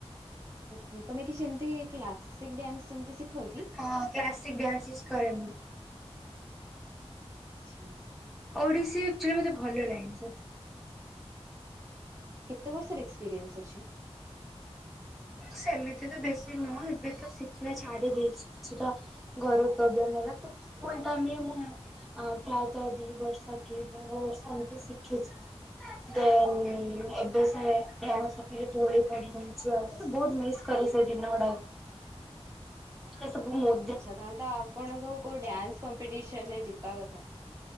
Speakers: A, on the right; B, in the centre.
A: ଓହୋ ତମେ କିଛି ଏମତି କ୍ଲାସିକ୍ ଡ୍ୟାନ୍ସ ସେମତି ଶିଖ କି?
B: ହଁ କ୍ଲାସିକ୍ ଡ୍ୟାନ୍ସେସ୍ କରେ ମୁଁ।
A: ଚ୍ଛା।
B: ଓଡ଼ିଶୀ ଆକ୍ଚୁଲି ମତେ ଭଲ ଲା ସେଥ୍
A: କେତେ ବର୍ଷର ଏକ୍ସପିରିଏନ୍ସ ଅଛି?
B: ସେମିତି ତ ବେଶୀ ନୁହଁ ଏବେ ତ ଶିଖିବା ଛାଡ଼ି ଦେଇଛି କିଛି ଟା ଘରୁ ପ୍ରୋବ୍ଲେମ୍ ହେଲା ତ ଫୁଲ୍ ଟାଇମ୍ ରେ ମୁଁ ୟା ଅଁ ପ୍ରାୟତଃ ଦି ବର୍ଷ କି ଦେଢ଼ ବର୍ଷ ଏମତି ଶିଖିଚି। ଦେନ୍ ଏବେ ସେ ଡ୍ୟାନ୍ସ ସଫେଇରେ ତୁଳି ପଡ଼ିରହି ଛୁଆ ତତେ ବହୁତ ମିସ୍ କରି ସେଇ ଦିନ ଉଡ଼ା। ସେ ସବୁ ମୋ
A: ଆଚ୍ଛା ତାହେଲେ ତ ଆପଣଙ୍କୁ କୋଉ ଡ୍ୟାନ୍ସ କମ୍ପିଟିସନ୍ ରେ ଯିବା କଥା।